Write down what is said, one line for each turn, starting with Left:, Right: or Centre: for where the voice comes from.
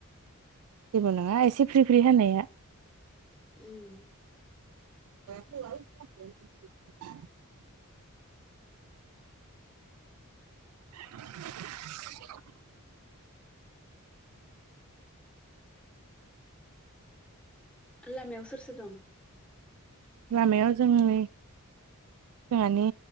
Right: जेबो नङा एसे फ्रि फ्रि हानाया
Centre: उम
Right: <unintelligible> <inaudible> <inaudible>
Centre: लामायाव सोर सोर दं?
Right: लामायाव जोंनि जोंहानि